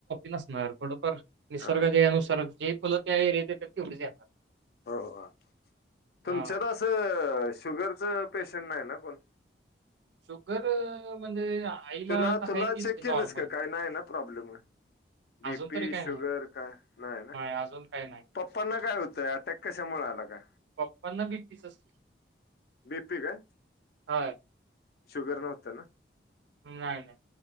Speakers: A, on the right; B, on the left.
A: नसणार थोडफार. निसर्ग
B: ह
A: देयानुसार जे फुल. त्या एरियात येतात तेवढीच येणार.
B: हो तुमच्यात
A: हां.
B: असं शुगरचं. पेशंट नाही ना कोण?
A: शुगर म्हणजे आईला
B: तुला
A: आता
B: तुला
A: आहे
B: चेक
A: तीच की नॉर्मल.
B: केलस का काय नाही ना प्रॉब्लेम बीपी
A: अजून तरी काय नाही.
B: शुगर काय नाही ना
A: अजून काही नाही.
B: पप्पांना काय होतंय अटॅक कशामुळे आला का
A: पप्पांना बी तीचच की.
B: बीपी काय
A: होय.
B: शुगर नव्हतं ना.
A: नाही नाही.